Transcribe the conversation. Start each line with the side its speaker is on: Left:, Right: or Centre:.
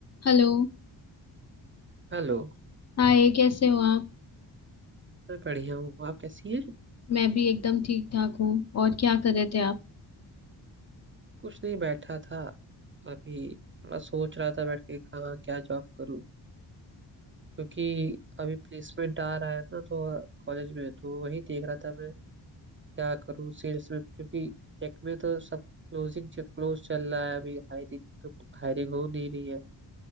Left: हेलो
Right: Hello
Left: हाय कैसे हो आप
Right: मैं बढ़िया हूँ आप कैसी हैं
Left: मैं भी एकदम ठीक ठाक हूँ और क्या कर रहे थे आप
Right: कुछ नहीं बैठा था अभी थोड़ा सोच रहा था बैठ के कहाँ क्या जॉब करूँ क्योंकि अभी प्लेसमेंट आ रहा है ना तो कॉलेज में तो वही देख रहा था मैं क्या करूँ सेल्स में क्योंकि टेक में तो सब क्लोजिंग क्लोज चल रहा है अभी हायरिंग तो हायरिंग हो नहीं रही है